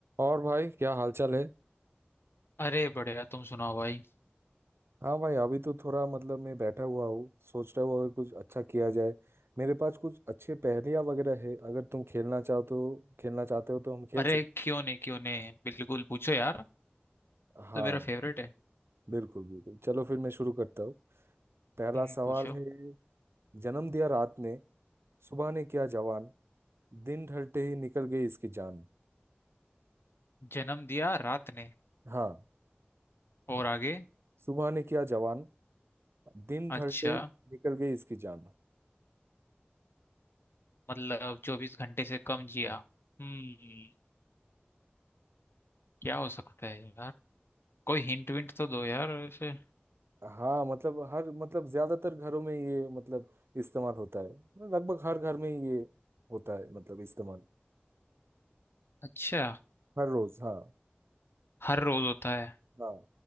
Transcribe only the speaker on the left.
अरे बढ़िया तुम सुनाओ भाई
अरे
क्यों नहीं क्यों नहीं बिल्कुल पूछो यार
तो मेरा फेवरेट है
हम्म,
पूछो
जन्म दिया रात ने
और आगे
अच्छा
मतलब चौबीस घंटे से कम जिया हम्म क्या हो सकता है यार कोई हिंट विंट तो दो यार ऐसे
अच्छा
हर रोज होता है